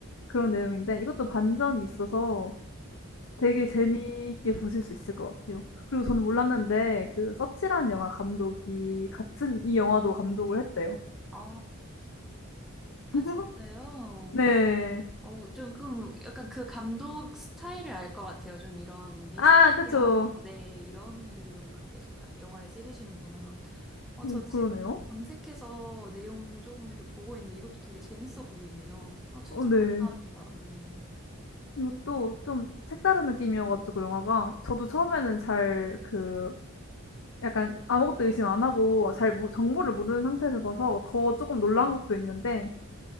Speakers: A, on the left (about 60°); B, in the centre.
A: 그런 내용인데 이것도 반전이 있어서 되게
B: 음.
A: 재미있게 보실 수 있을 것 같아요. 그리고 저는 몰랐는데 그 서치란 영화 감독이 같은 이 영화도 감독을 했대요.
B: 아, 아,
A: <laughs>
B: 진짜요?
A: 네.
B: 어, 좀, 그럼 약간 그 감독 스타일을 알 것 같아요. 좀 이런 미스티하고,
A: 아 그쵸.
B: 네, 이런 류 계속 가- 영화를 찍으시는구나. 어,
A: 어
B: 저 지금
A: 그러네요.
B: 검색해서 내용 조금 이렇게 보고 있는데 이것도 되게 재밌어 보이네요. 어, 추천
A: 어 네.
B: 감사합니다. 네.
A: 이것도 좀 색다른 느낌이어 가지고 영화가 저도 처음에는 잘 그 약간 아무것도 의심 안 하고 잘 모 정보를 모르는 상태에서 봐서 더 조금 놀란 것도 있는데